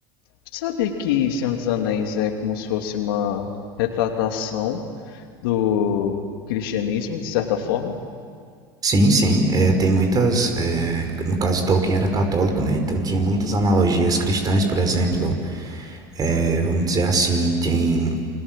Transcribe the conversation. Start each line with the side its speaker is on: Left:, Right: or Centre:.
Left: Tu sabia que Senhor dos Anéis é como se fosse uma retratação do cristianismo, de certa forma?
Right: Sim, sim, é, tem muitas. é, no caso, Tolkien era católico, né? Então tinha muitas analogias cristãs, por exemplo, é, vamos dizer assim, tem.